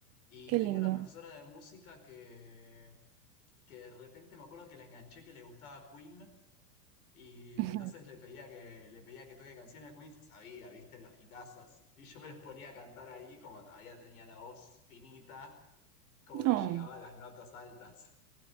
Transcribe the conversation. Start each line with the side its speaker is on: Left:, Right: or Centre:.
Left: Y
Right: Qué
Left: tenía
Right: lindo.
Left: una profesora de música que que de repente me acuerdo que la enganché que le gustaba Queen y
Right: <laughs>
Left: entonces le pedía que, le pedía que toque canciones de Queen y se sabía, viste, los gitazos. Y yo me los ponía a cantar ahí como todavía tenía la voz finita, como
Right: Ujú.
Left: que llegaba a las notas altas.